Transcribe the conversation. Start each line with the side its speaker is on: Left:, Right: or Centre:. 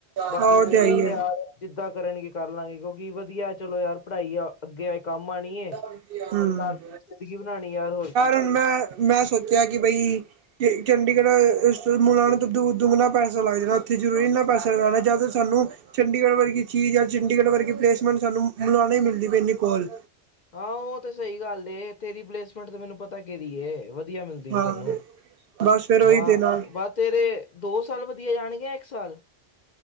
Left: ਬਾਕੀ
Right: ਆਹ
Left: ਠੀਕ
Right: ਉਹ ਤੇ ਹੈ ਹੀ
Left: ਏ ਯਾਰ ਜਿੱਦਾਂ ਕਰਨਗੇ ਕਰ ਲਾਂਗੇ ਕਿਉਂਕਿ ਵਧੀਆ ਚਲੋ ਯਾਰ ਪੜ੍ਹਾਈ ਆ ਅੱਗੇ ਕੰਮ ਆਣੀ
Right: ਹੈ
Left: ਏ
Right: ਹਮ
Left: ਤਾ ਜ਼ਿੰਦਗੀ ਬਣਾਣੀ ਯਾਰ ਹੋਰ ਕੀ
Right: ਹੁਣ
Left: ਐ
Right: ਮੈਂ ਮੈਂ ਸੋਚਿਆ ਕਿ ਬਈ ਚੰਡੀਗੜ੍ਹ ਮੁਲਾਉਣ ਤੋਂ ਦੂ-ਦੂਰਾਣਾ ਪੈਸਾ ਲੱਗ ਜਾਣਾ ਉੱਥੇ ਜ਼ਰੂਰੀ ਨਾ ਪੈਸਾ ਲਗਾਣਾ ਜਦ ਸਾਨੂੰ ਚੰਡੀਗੜ੍ਹ ਵਰਗੀ ਚੀਜ਼ ਜਾਂ ਚੰਡੀਗੜ੍ਹ ਵਰਗੀ ਪਲੇਸਮੈਂਟ ਸਾਨੂੰ ਮੋਲਾਣੇ ਹੀ ਮਿਲਦੀ ਪਈ ਇਨੀ ਕੋਲ
Left: ਹਾਂ ਉਹ ਤੇ ਸਈ ਗੱਲ ਏ ਤੇਰੀ ਪਲੇਸਮੈਂਟ ਤੇ ਮੈਨੂੰ ਪਤਾ ਦੀ ਵਧੀਆ ਮਿਲਦੀ
Right: ਹਾਂ
Left: ਵੀ ਤੈਨੂੰ
Right: ਬਸ ਫਿਰ ਉਹੀ
Left: ਹਾਂ
Right: ਤੇ ਨਾਲ
Left: ਬਸ ਤੇਰੇ ਦੋ ਸਾਲ ਵਧੀਆ ਜਾਣਗੇ ਯਾ ਇੱਕ ਸਾਲ